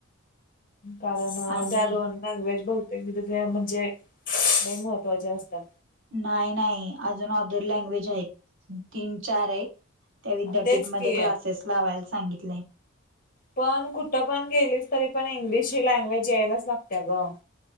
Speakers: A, on the left (about 40°); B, on the right (about 65°).
A: कारण
B: आणि
A: त्या दोन लँवेज बहुतेक <unintelligible> म्हणजे, लय महत्त्वाच्या असतात
B: नाही नाही. अजून ओदर लँग्वेज आहेत तीन चार येत त्या विद्यापीठमध्ये
A: तेच की
B: क्लासेस लावायला सांगितलय
A: पण कुठं पण गेलीस तरी, पण इंग्लिश ही लँग्वेज यायलाच लागत्या ग